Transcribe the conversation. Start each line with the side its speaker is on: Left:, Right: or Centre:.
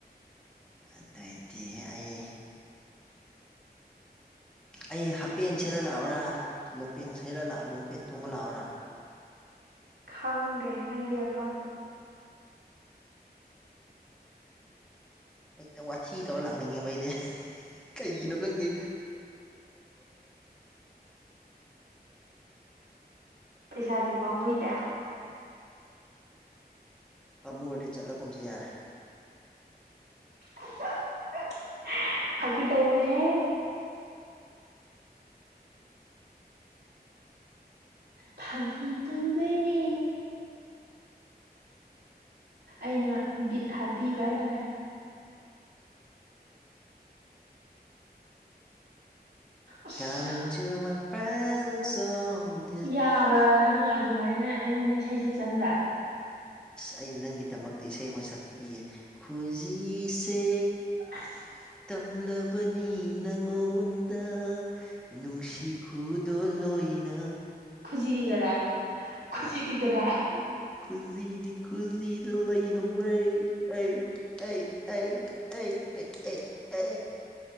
Centre: ꯑꯗꯩꯗꯤ ꯑꯩ ꯑꯩ ꯍꯥꯞꯄꯦꯟ ꯁꯦꯠꯂ ꯂꯥꯛꯑꯣꯔꯥ ꯂꯣꯡꯄꯦꯟ ꯁꯦꯠꯂ ꯂꯥꯛꯑꯣ ꯂꯣꯡꯄꯦꯟ ꯇꯣꯡꯉ ꯂꯥꯛꯑꯣꯔꯥ
Right: ꯈꯪꯗꯦ ꯅꯪꯒꯤ ꯑꯄꯥꯝꯕ
Centre: ꯍꯦꯛꯇ ꯋꯥꯊꯤ ꯇꯧꯔ ꯂꯥꯛꯅꯤꯡꯉꯦꯕ ꯑꯩꯗꯤ ꯀꯩꯒꯤꯅꯣ ꯈꯪꯗꯦ
Right: ꯄꯩꯁꯥꯗꯤ ꯄꯥꯥꯝꯃꯨꯏꯗ
Centre: ꯄꯕꯃꯨꯔꯗꯤ ꯆꯠꯂꯒꯨꯝꯁꯤ ꯌꯥꯔꯦ
Right: <unintelligible> ꯐꯥꯀꯤ ꯇꯧꯕꯅꯤꯍꯦ ꯐꯥꯒꯤ ꯇꯧꯕꯅꯦ ꯑꯩꯅ ꯕꯤꯠ ꯍꯥꯠꯄꯤꯕ ꯍꯥꯏꯇꯥꯔꯦ ꯑꯁ
Centre: <unintelligible>
Right: ꯌꯥꯕ꯭ꯔꯥ ꯅꯪ ꯑꯗꯨꯃꯥꯏꯅ ꯑꯩꯉꯣꯟꯗ ꯏꯁꯩ ꯁꯛꯆꯟꯕ
Centre: ꯑꯩꯅ ꯅꯪꯒꯤꯗꯃꯛꯇ ꯏꯁꯩ ꯑꯃ ꯁꯛꯄꯤꯒꯦ ꯈꯨꯖꯤꯁꯦ
Right: ꯑꯁ
Centre: ꯇꯝꯂꯕꯅꯤ ꯅꯪꯉꯣꯟꯗ ꯅꯨꯡꯁꯤ ꯈꯨꯗꯣꯜ ꯑꯣꯏꯅ
Right: ꯈꯨꯖꯤꯗꯤ ꯀꯗꯥꯏ ꯈꯨꯖꯤꯗꯤ ꯀꯗꯥꯏ
Centre: ꯎꯝ ꯈꯨꯖꯤꯗꯤ ꯈꯨꯖꯤꯗꯤ ꯂꯩꯍꯧꯋꯦ ꯑꯩ ꯑꯩ ꯑꯩ ꯑꯩ ꯑꯦ ꯑꯦ ꯑꯦ